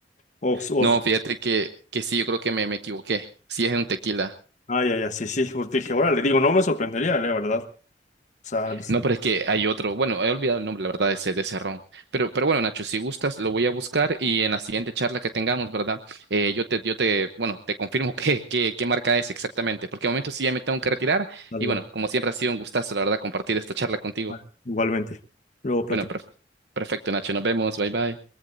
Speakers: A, on the left; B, on the right.
A: O,
B: <laughs>
A: o-
B: No, fíjate que, que sí, yo creo que me, me equivoqué. Sí es un tequila.
A: ah, ya, ya, sí, sí. Porque dije, le digo, no me sorprendería, la verdad. O sea, vale,
B: No, pero es que hay otro, bueno, he olvidado el nombre, la verdad, de ese, de ese ron. Pero, pero bueno, Nacho, si gustas, lo voy a buscar y en la siguiente charla que tengamos, ¿verdad? Eh, yo te, yo te, bueno, te confirmo <laughs> qué, qué, qué marca es exactamente, porque de momento sí ya me tengo que retirar
A: vale,
B: y bueno,
A: no,
B: como siempre ha sido un gustazo, la verdad, compartir esta charla contigo.
A: vale, igualmente. Luego platicamos.
B: Bueno, perf- perfecto, Nacho, nos vemos, bye bye.